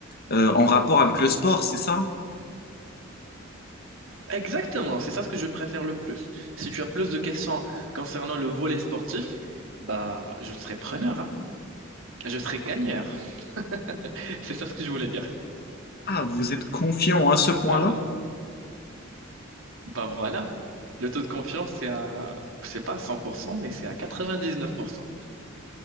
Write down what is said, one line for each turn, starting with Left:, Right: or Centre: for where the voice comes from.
Left: euh, en rapport avec le sport, c'est ça?
Right: Exactement, c'est ça ce que je préfère le plus. Si tu as plus de questions concernant le volet sportif, bah je serai preneur, hein. Je serai gagneur. <laughs> C'est ça ce que je voulais dire.
Left: Ah, vous êtes confiant à ce point-là?
Right: Alors, bah voilà. Le taux de confiance, c'est à, c'est pas à 100%, mais c'est à 99%.